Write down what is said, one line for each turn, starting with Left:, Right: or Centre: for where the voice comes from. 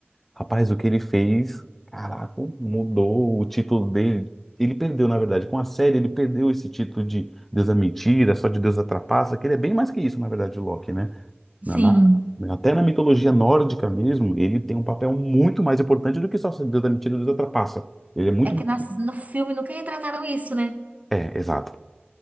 Centre: Rapaz, o que ele fez, caraca, mudou o título dele. Ele perdeu, na verdade, com a série, ele perdeu esse título de Deus é mentira, só de Deus a trapaça, que ele é bem mais que isso, na verdade, de Loki, né?
Right: Sim.
Centre: Na- na- até na mitologia nórdica mesmo, ele tem um papel muito mais importante do que só ser Deus da mentira e Deus da trapaça. Ele é muito
Right: É
Centre: mais.
Right: que nas- no filme nunca retrataram isso, né?
Centre: É, exato,